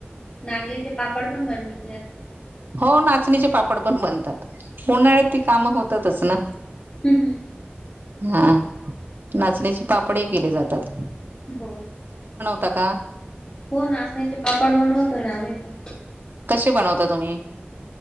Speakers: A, on the left; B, on the right.
A: नाचनीचे पापड पण बनव
B: हो नाचणीचे पापड पण बनतात, उन्हाळ्यात ती कामं होतातच ना.
A: हू हू.
B: हा, नाचनीचे पापडे ही केले जातात.
A: हो.
B: तका
A: हो नाचणीचे पापड बनवतो ना आम्ही पण.
B: कसे बनवता तुम्ही?